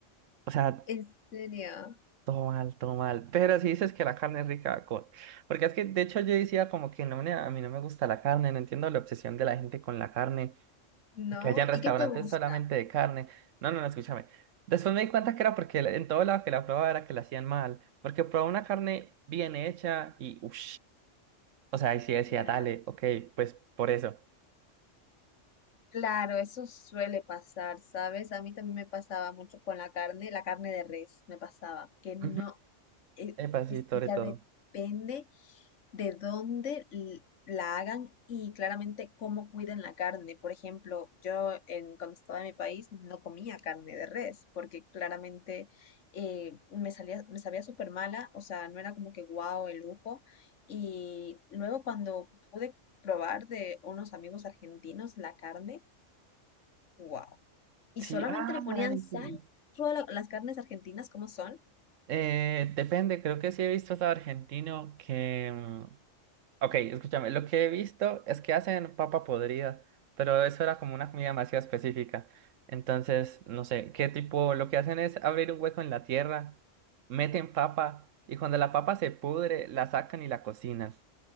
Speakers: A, on the right; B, on the left.
A: o sea,
B: En serio,
A: todo mal, todo mal. Pero si dices que la carne es rica, con... porque es que de hecho yo decía como que no, nea, a mí no me gusta la carne, no entiendo la obsesión de la gente con la carne.
B: ¿no?
A: Que hayan restaurantes
B: ¿Y qué te gusta?
A: solamente de carne. No, no, no, escúchame. Después me di cuenta que era porque la- en todo lado que la probaba era que la hacían mal. Porque probaba una carne bien hecha y uff. O sea, ahí sí decía,
B: Claro.
A: dale, ok, pues por eso.
B: Claro, eso suele pasar, ¿sabes? A mí también me pasaba mucho con la carne, la carne de res, me pasaba, que no,
A: Ujú.
B: eh,
A: Epa, sí,
B: es que
A: sobre
B: ya
A: todo.
B: depende de dónde l- la hagan y claramente cómo cuiden la carne. Por ejemplo, yo en, cuando estaba en mi país no comía carne de res porque claramente eh, me salía, me sabía súper mala, o sea, no era como que guau el lujo. Y luego cuando pude probar de unos amigos argentinos la carne, wow. Y
A: Sí,
B: solamente
A: ah,
B: le ponían
A: dale,
B: sal.
A: sí.
B: Todas la- las carnes argentinas, ¿cómo son?
A: Eh, depende, creo que sí he visto hasta argentino que. mm, Ok, escúchame, lo que he visto es que hacen papa podrida, pero eso era como una comida demasiado específica. Entonces, no sé, qué tipo, lo que hacen es abrir un hueco en la tierra, meten papa y cuando la papa se pudre, la sacan y la cocinan.